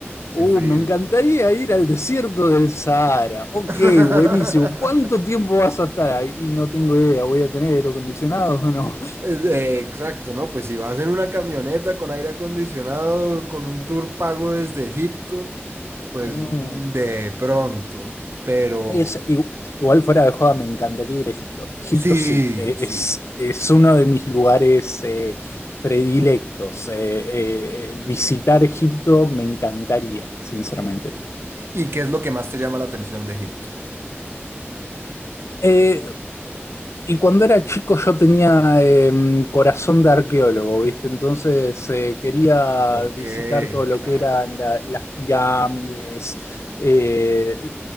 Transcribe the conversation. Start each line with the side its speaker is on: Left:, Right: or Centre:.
Right: ese
Left: Uh,
Right: frío.
Left: me encantaría ir al desierto del Sahara. Ok,
Right: <laughs>
Left: buenísimo. ¿Cuánto tiempo vas a estar ahí? Y no tengo idea. ¿Voy a tener aire acondicionado o no? <laughs>
Right: Eh, Exacto, ¿no? Pues si vas en una camioneta con aire acondicionado, con un tour pago desde Egipto, pues
Left: Mm.
Right: mm, de pronto. Pero
Left: Es, igu- igual fuera de joda, me encantaría ir a Egipto. Egipto
Right: sí,
Left: sí, e-
Right: sí.
Left: es, es uno de mis lugares eh, predilectos. Eh, eh, eh, visitar Egipto me encantaría, sinceramente.
Right: ¿Y y qué es lo que más te llama la atención de Egipto?
Left: Eh, Y cuando era chico yo tenía em, corazón de arqueólogo, ¿viste? Entonces eh, quería
Right: Ok,
Left: visitar todo lo
Right: claro.
Left: que eran la- las pirámides, eh,